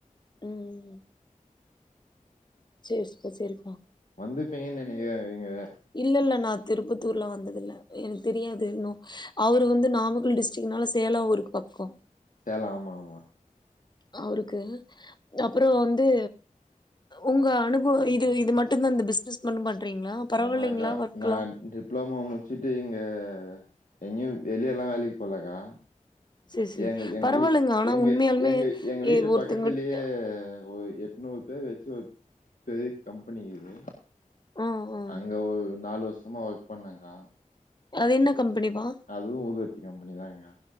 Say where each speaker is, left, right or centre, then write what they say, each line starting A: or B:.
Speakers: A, on the left; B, on the left.
A: உம் சேரி சி ப்பா சரிப்பா
B: வந்துப்பீங்கன்னு நெனைக்குறே இங்க
A: இல்ல இல்ல நா திருப்பத்தூர்ல வந்ததுல எனக்கு தெரியாது இன்னு அவரு வந்து நாமக்கல் டிஸ்டிக்னால சேலோ அவருக்கு பக்கோ
B: சேலோம் ஆமா ஆமா
A: அவருக்கு அப்றோம் வந்து உங்க அனுபவம் இது இது மட்டும் தா இந்த பிசினஸ் மட்டும் பண்றீங்களா பரவாயில்லைங்ளா
B: ஆமாக்கா
A: ஒர்க்லா
B: நா டிப்ளமோ முடிச்சுட்டு இங்க எங்கயும் வெளியெல்லா வேலைக்கு போலக்கா
A: சேரி சேரி
B: எங்க எங்க
A: பரவால்லங்க
B: வீ
A: ஆனா
B: எங்க
A: உண்மையாலுமே
B: எங்க எங்க வீட்டு
A: ஏ ஒருத்தங்கிட்ட
B: பக்கத்துலயே ஒரு எண்ணூறு பேர் வச்சு ஒரு பெரிய கம்பெனி இக்குது
A: ஆ ஆ
B: அங்க ஒரு நாலு வருஷமா ஒர்க் பண்ணேக்கா
A: அது என்ன கம்பெனி பா
B: அதுவு ஊதுபத்தி கம்பெனி தாங்க்கா